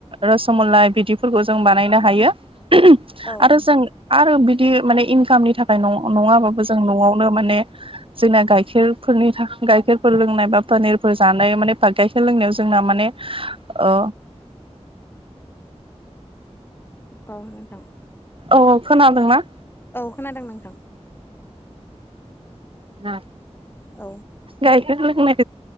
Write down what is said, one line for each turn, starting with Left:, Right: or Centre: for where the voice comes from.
Right: रसमलाय बिदिफोरखौ जों बानायनो हायो आरो
Left: औ नोंथां
Right: जों आरो बिदि माने इनकामनि थाखाय न-नङाबाबो जों न'आवनो माने जोंना गाइखेरफोरनि गाइखेरफोर लोंनाय बा पानिरफोर जानाय माने गाइखेर लोंनायाव जोंना माने ओ
Left: औ नोंथां
Right: औ औ खोनादोंना?
Left: औ खोनादों नोंथां
Right: ना
Left: औ
Right: गायखेर लोंनाय